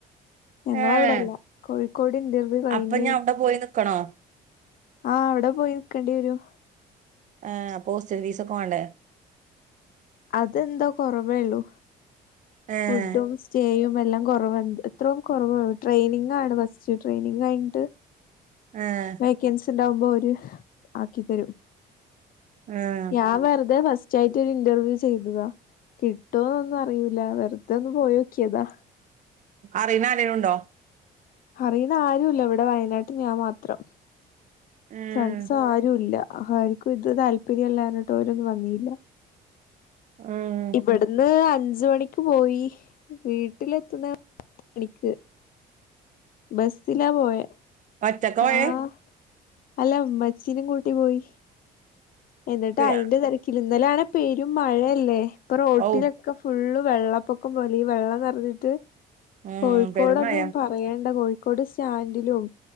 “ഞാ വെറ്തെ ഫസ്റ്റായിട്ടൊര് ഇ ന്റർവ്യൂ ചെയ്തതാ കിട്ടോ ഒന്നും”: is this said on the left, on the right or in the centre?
Left